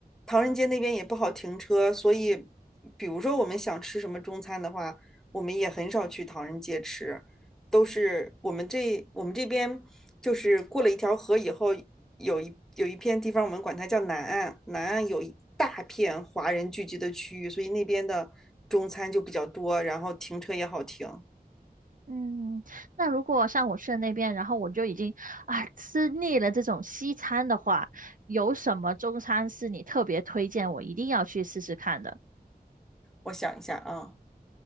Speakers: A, in the centre; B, on the right (about 55°).
A: 唐人街那边也不好停车，所以比如说我们想吃什么中餐的话，我们也很少去唐人街吃，都是我们这我们这边就是过了一条河以后，有一有一片地方，我们管它叫南岸，南岸有一大片华人聚集的区域，所以那边的中餐就比较多，然后停车也好停。
B: 嗯，那如果像我去的那边，然后我就已经啊吃腻了这种西餐的话，有什么中餐是你特别推荐我一定要去试试看的？
A: 我想一下啊，